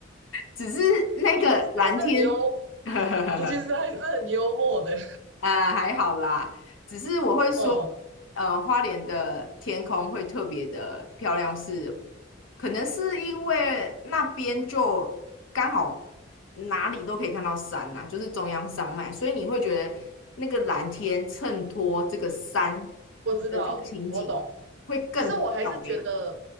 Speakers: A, on the left (about 85°); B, on the right (about 65°).
A: 只是那个蓝天，
B: 你其实还是很幽，
A: <laughs>
B: 你其实还是很幽默的。
A: 啊，还好啦，只是我会说，
B: <laughs> 嗯，
A: 呃，花莲的天空会特别的漂亮是，可能是因为那边就刚好哪里都可以看到山啦，就是中央山脉，所以你会觉得那个蓝天衬托这个山
B: 我知道，
A: 的这个情景
B: 我懂。
A: 会更漂亮。
B: 其实我还是觉得